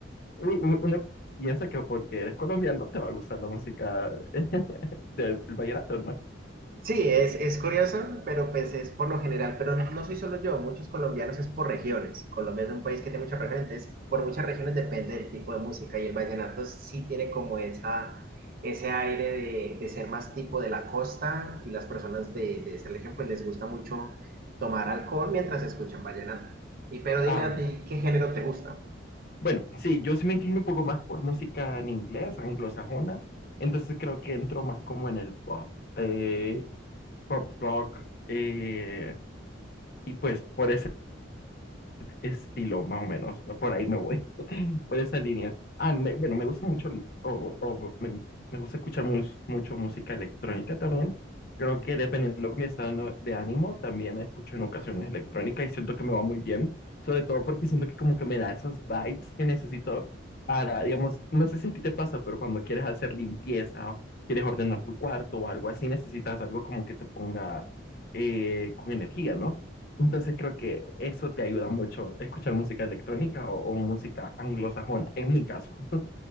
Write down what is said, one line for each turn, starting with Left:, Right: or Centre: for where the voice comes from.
Left: u- u- uno piensa que porque eres colombiano te va a gustar la música <laughs> del, del vallenato, ¿no?
Right: Sí, es, es curioso, pero pues es por lo general, pero no no soy solo yo, muchos colombianos es por regiones. Colombia es un país que tiene muchas regiones, entonces por muchas regiones depende del tipo de música y el vallenato sí tiene como esa, ese aire de, de ser más tipo de la costa y las personas de, de esa región pues les gusta mucho tomar alcohol mientras escuchan vallenato. Y pero dime
Left: Ah,
Right: a ti, ¿qué género te gusta?
Left: Bueno, sí, yo sí me inclino un poco más por música en inglés, anglosajona, entonces creo que entro más como en el pop, eh, pop rock, eh, y pues por estilo, más o menos. Por ahí me voy, <laughs> por esa línea. Ah, me- bueno, me gusta mucho, el- o, o me, me gusta escuchar mus- mucho música electrónica también. Creo que dependiendo de mi estado de ánimo, también escucho en ocasiones electrónica y siento que me va muy bien, sobre todo porque siento que como que me da esas vibes que necesito para, digamos, no sé si a ti te pasa, pero cuando quieres hacer limpieza o quieres ordenar tu cuarto o algo así, necesitas algo como que te ponga eh, con energía, ¿no? Entonces creo que eso te ayuda mucho, escuchar música electrónica o, o música anglosajona, en mi caso. <laughs>